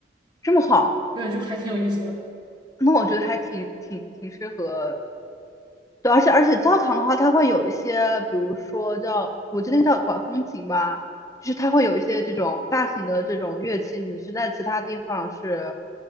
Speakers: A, on the left (about 15°); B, on the right (about 25°).
A: 这么好，
B: 对，就还挺有意思的。
A: 那我觉得还挺挺挺适合，对，而且而且教堂的话，它会有一些，比如说叫，我记得那叫管风琴吧，就是它会有一些这种大型的这种乐器，你是在其他地方是，